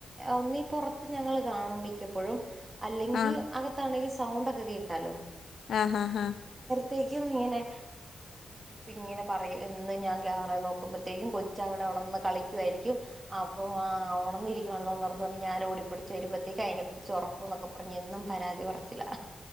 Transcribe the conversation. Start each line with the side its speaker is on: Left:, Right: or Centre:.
Right: ഒന്നീ പുറത്ത് ഞങ്ങള്ൾ കാണും മിക്കപ്പോഴും അല്ലെങ്കിൽ
Left: ആഹ്
Right: അകത്താണെങ്കിൽ സൗണ്ട ഒക്കെ കേക്കാലോ
Left: ആഹ ഹഹ് ആഹ
Right: തെക്കും ഇങ്ങനെ ഇങ്ങനെ പറയും എന്ന് ഞാൻ ക്യാമറ നോക്കുമ്പോഴത്തേക്കും കൊച്ച് അവിടെവിണന്ന് കളിക്കുവായിരിക്കും. അപ്പൊ ഉണന്നിരിക്കുവാണല്ലോന്നോർത്ത് ഞാൻ ഓടി <unintelligible> വരുമ്പഴത്തേക്ക് അതിനെപ്പ പിടിച്ച് ഉറക്കും എന്നൊക്കെ പറഞ്ഞ് എന്നും പരാതി പറച്ചിലാ.